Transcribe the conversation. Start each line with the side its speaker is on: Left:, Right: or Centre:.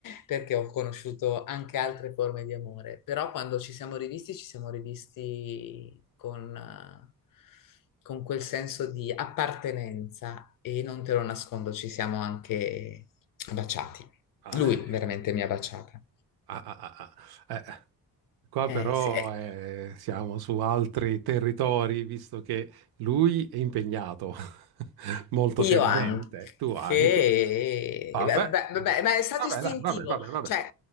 Left: perché ho conosciuto anche altre forme di amore, però quando ci siamo rivisti, ci siamo rivisti con, eh, con quel senso di appartenenza e non te lo nascondo, ci siamo anche baciati.
Right: Ah,
Left: Lui
Right: eh.
Left: veramente mi ha baciata.
Right: Ah, ah, ah, ah. Eh, qua
Left: Eh,
Right: però
Left: sì. eh,
Right: eh, siamo su altri territori, visto che lui è impegnato <laughs> molto
Left: Io
Right: seriamente,
Left: anche,
Right: tu anche.
Left: eh,
Right: Vabbè,
Left: beh, beh, beh, ma è stato
Right: vabbè,
Left: istintivo,
Right: dai, vabbè, vabbè, vabbè.
Left: cioè,